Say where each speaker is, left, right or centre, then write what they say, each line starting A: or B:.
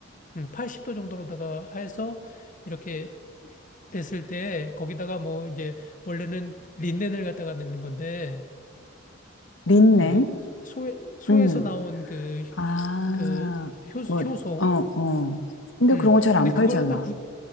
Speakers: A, on the left (about 40°); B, on the left (about 80°).
A: 음, 80도 정도로다가 해서 이렇게 됐을 때 거기다가 뭐 이제 원래는 린넨을 갖다가 넣는 건데
B: 린넨?
A: 그 소에 소에서
B: 음.
A: 나온 그
B: 아,
A: 그
B: 뭐,
A: 효소
B: 어, 어. 근데
A: 음
B: 그런 거 잘
A: 근데
B: 안
A: 그걸
B: 팔잖아.
A: 갖다 구,